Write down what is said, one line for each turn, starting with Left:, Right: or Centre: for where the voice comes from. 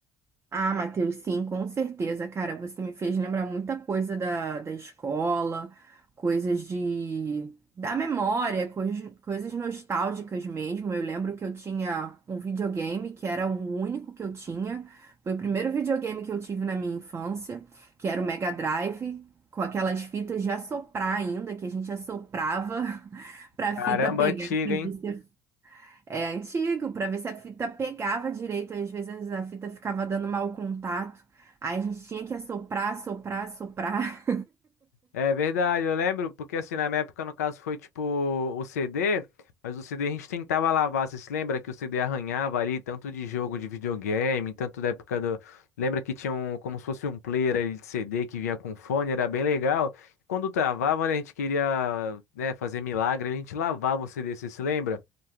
Right: Ah, Matheus, sim, com certeza, cara. Você me fez lembrar muita coisa da, da escola, coisas de da memória, coisas, coisas nostálgicas mesmo. Eu lembro que eu tinha um videogame que era o único que eu tinha. Foi o primeiro videogame que eu tive na minha infância, que era o Mega Drive, com aquelas fitas de assoprar ainda, que a gente assoprava <laughs> pra
Left: Caramba,
Right: fita pegar
Left: antiga,
Right: pra
Left: hein?
Right: ver se é antigo, pra ver se a fita pegava direito. Às vezes a fita ficava dando mau contato. Aí a gente tinha que assoprar, assoprar, assoprar.
Left: É verdade, eu lembro, porque assim, na minha época, no caso, foi tipo o CD, mas o CD a gente tentava lavar. Você se lembra que o CD arranhava ali, tanto de jogo de videogame, tanto da época do. Lembra que tinha um, como se fosse um player ali de CD que vinha com fone, era bem legal. Quando travava, né, a gente queria, né, fazer milagre, a gente lavava o CD, você se lembra?